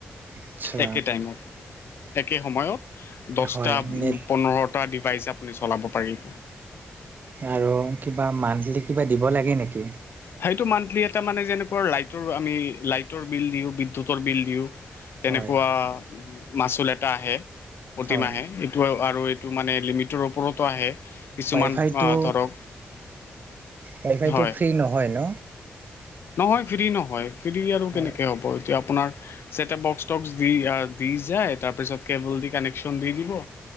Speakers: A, on the right; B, on the left.
A: আচ্ছা
B: একে টাইমত একে সময়ত দহটা
A: হয় নেট
B: পোন্ধৰ পৰা ডিভাইচ আপুনি চলাব পাৰিব।
A: আৰু কিবা মান্থলি কিবা দিব লাগে নেকি?
B: সেইটো মান্থলি এটা মানে যেনেকুৱা লাইটৰ আমি লাইটৰ বিল দিওঁ বিদ্যুতৰ বিল দিওঁ। তেনেকুৱা
A: হয়
B: মাচুল এটা আহে। প্ৰতিমাহে
A: হয়
B: এইটো আৰু এইটো মানে লিমিটৰ ওপৰতো আহে। কিছুমান
A: ৱাই ফাইটো
B: আহ ধৰক
A: ৱাই ফাইটো
B: হয়।
A: ফ্ৰী নহয় ন?
B: নহয় ফ্ৰী নহয় ফ্ৰী আৰু কেনেকে
A: হয়
B: হ'ব এতিয়া আপু আপোনাৰ চেটাপ বক্স টক্স দি দি যায়, তাৰপিছত কেবল দি কানেকচন দি দিব।